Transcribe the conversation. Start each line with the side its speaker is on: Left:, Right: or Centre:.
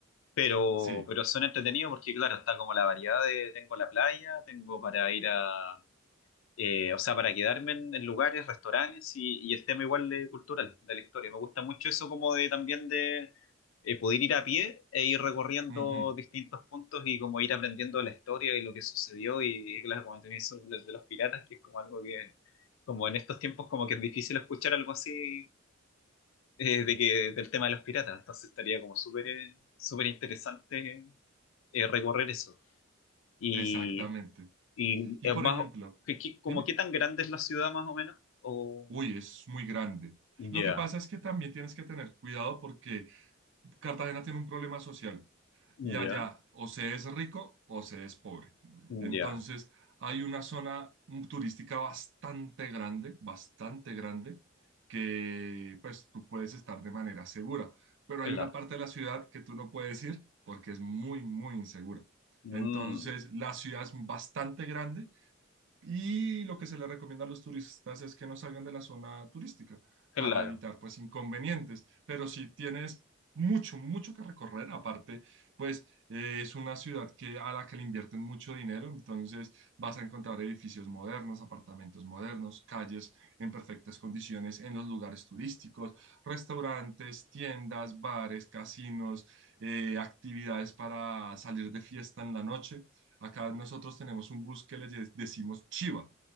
Left: Pero,
Right: sí,
Left: pero son entretenidos porque, claro, está como la variedad de tengo la playa, tengo para ir a, eh, o sea, para quedarme en, en lugares, restaurantes y, y el tema igual de cultural, de la historia. Me gusta mucho eso como de también de eh, poder ir a pie e ir recorriendo
Right: ujú,
Left: distintos puntos y como ir aprendiendo la historia y lo que sucedió y, claro, como también eso de, de los piratas, que es como algo que, como en estos tiempos como que es difícil escuchar algo así eh, de que, del tema de los piratas. Entonces estaría como súper eh, súper interesante eh, recorrer eso. Y,
Right: exactamente.
Left: y
Right: Y
Left: es
Right: por
Left: más,
Right: ejemplo,
Left: que- qué como
Right: dime,
Left: qué tan grande es la ciudad más o menos? O,
Right: uy, es muy grande. Lo
Left: ya,
Right: que pasa es que también tienes que tener cuidado porque Cartagena tiene un problema social.
Left: ya,
Right: y allá o se es rico o se es pobre. Entonces,
Left: ya,
Right: hay una zona turística bastante grande, bastante grande, que pues tú puedes estar de manera segura, pero
Left: claro.
Right: hay una parte de la ciudad que tú no puedes ir porque es muy, muy insegura.
Left: Mm,
Right: Entonces, la ciudad es bastante grande, y lo que se le recomienda a los turistas es que no salgan de la zona turística
Left: claro.
Right: para evitar pues inconvenientes. Pero si tienes mucho, mucho que recorrer, aparte pues eh, es una ciudad que, a la que le invierten mucho dinero, entonces vas a encontrar edificios modernos, apartamentos modernos, calles en perfectas condiciones en los lugares turísticos, restaurantes, tiendas, bares, casinos, eh, actividades para salir de fiesta en la noche. Acá nosotros tenemos un bus que le de- decimos chiva.